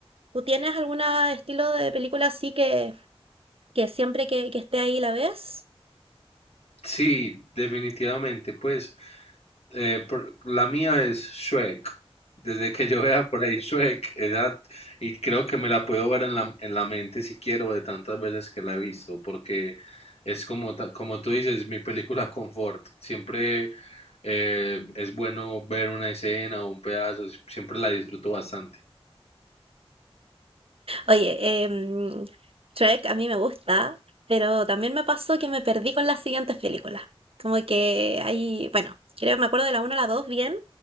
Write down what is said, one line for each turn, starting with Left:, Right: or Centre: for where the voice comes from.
Right: ¿Tú tienes algún estilo de película así que, que siempre que, que esté ahí la ves?
Left: Sí, definitivamente, pues. Eh, por- la mía es Shrek. Desde que yo vea por ahí Shrek, era- y creo que me la puedo ver en la, en la mente si quiero, de tantas veces que la he visto, porque es como, ta- como tú dices, mi película confort. Siempre eh, es bueno ver una escena o un pedazo, siempre la disfruto bastante.
Right: Oye, em, Shrek a mí me gusta, pero también me pasó que me perdí con las siguientes películas. Como que hay, bueno, creo me acuerdo de la 1 a la 2 bien